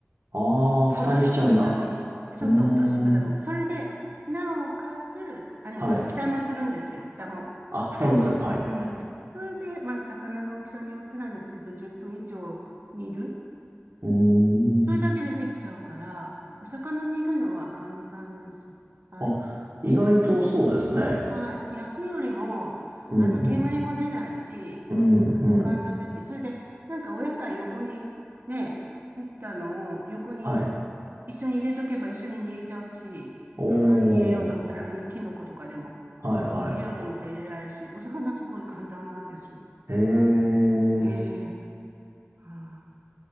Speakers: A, on the right; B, on the right.
A: ああ、蓋にしちゃうんだ。
B: 落とし蓋の、そうそう、
A: うーん。
B: 落とし蓋の、それで、なおかつ、あの、
A: はい。
B: 蓋もするんですよ、蓋も。
A: あ、蓋もする。はい。
B: うん。それで、まあ、魚の大きさによってなんですけど、10分以上煮る。
A: うーん。
B: それだけでできちゃうから、お魚煮るのは簡単です。はい
A: あ、意外とそうですね。
B: はい。焼くよりも、
A: うんうん。
B: あの、煙も出ないし、
A: うんうん。
B: あの、簡単だし、それで、なんかお野菜横に、ね、切ったのを横に
A: はい。
B: 一緒に入れとけば一緒に煮えちゃうし、
A: おお。
B: はい、入れようと思ったら、あの、キノコとかでも、
A: はいは
B: ちょっと入れようと思ったら入れられるし、お魚すごい簡単なんですよ。
A: い。ええ。
B: ええ。は